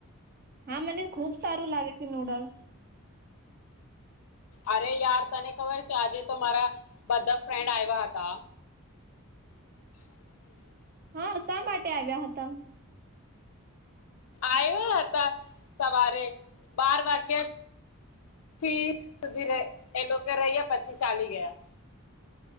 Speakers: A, on the right; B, on the left.
A: હા, મને ખુબ સારું લાગે છે નૂડલ્સ.
B: અરે યાર તને ખબર છે આજે તો મારા બધા ફ્રેન્ડ આવ્યા હતા. <inaudible>
A: હા. શા માટે આવ્યા હતા?
B: આવ્યા હતા સવારે બાર વાગ્યાથી સુધી રેહ એ લોકો રહ્યા પછી ચાલી ગયા.